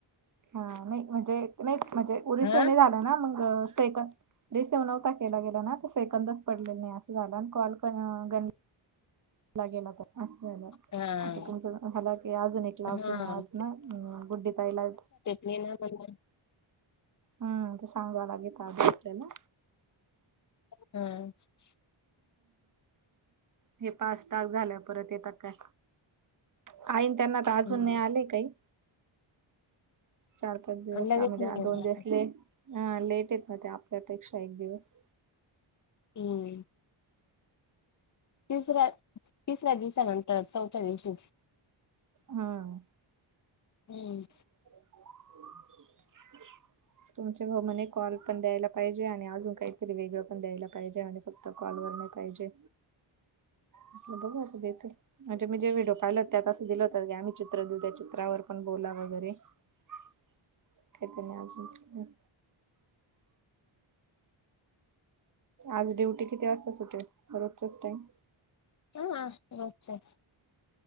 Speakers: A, on the right (about 40°); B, on the left (about 40°).
A: <unintelligible>
B: हा
A: रिसिव्ह नव्हता केला गेला ना, सेकंदच पडलेलं नाही असं झाल आणि कॉल पण केला गेला कॉल असा जाल.
B: हा
A: आता तुमच झालं की अजून एक लावते
B: हा
A: आज ना, गुड्डी ताईला
B: मी ना बर बर.
A: हम्म, ते सांगवा लागेल का आधी आपल्याला?
B: <unintelligible>
A: हे पाच तास झाल्यावर. परत येतात काय? ताईन त्यांना त आजून
B: हम्म.
A: नाही आले कांहीं. चार -पाच दिवसा
B: लगेच
A: मध्ये
B: नाही
A: दोन
B: येत.
A: दिवस लेट, हां लेट येत न ते आपल्यापेक्षा एक दिवस.
B: हम्म. तिसऱ्या, तिसऱ्या दिवसानंतर चौथ्या दिवशीच.
A: हं.
B: हम.
A: <inaudible> तुमच्या बरोबर म्हणजे कॉल पण द्यायला पाहिजे आणि अजून काहीतरी वेगळं पण द्यायला पाहिजे आणि फक्त कॉलवगैरे नाही पाहिजे म्हटल बघू आता ते तर म्हणजे मी जे व्हिडिओ पाहिल होत, त्यात असं दिलं होत की आम्ही चित्र देऊ त्या चित्रावर बोलवला वगैरे काही तर नाहीत आजून. आज ड्युटी किती वाजता सुटेल रोजच्याच टाईम?
B: होय रोजच्याच.